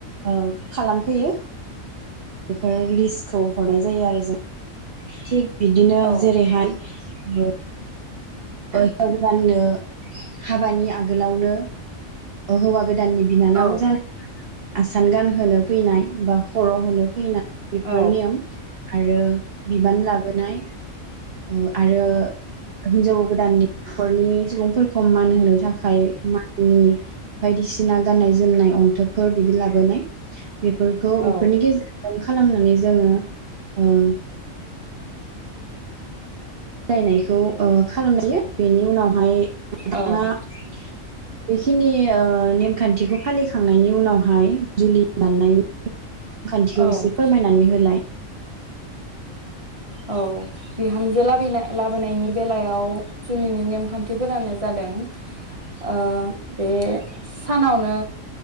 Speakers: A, on the right (about 50°); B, on the right (about 25°).
A: ओ खालामफैयो बेफोर लिस्टखौ हरनाय जायो आरो जों थिग बिदिनो
B: औ
A: जेरैहाय ओ जाव गोदाननो हाबानि आ आगोलावनो ओ हौवा गोदाननि बिनानाव
B: औ
A: जानाय आसान गानहोनो फैनाय बा खर' हनो फैनाय बेफोर
B: औ
A: नियम आरो बिबान लाबोनाय ओ आरो हिनजाव गोदाननि न'खरनि सुबुंफोरखौ मान होनो थाखाय माननि बायदिसिना गाननाय जोमनाय अन्थोबफोर बिदि लाबोनाय। बेफोरखौ
B: औ
A: बेफोरनि गेजेरजों खालामनो। ने जोङो। उम दायनायखौ ओ खालामजायो बेनि उनावहाय <unintelligible>
B: औ
A: यिओ नेमखान्थिखौ फालिखांनायनि उनावहाय जुलि दाननाय <unintelligible> खान्थिखौ
B: औ
A: एसे फोरमायनानै होलाय।
B: औ बिहामजो लाब लाबोनायनि बेलायाव जुलिनि नेमखान्थिफोरानो जादों बे सानावनो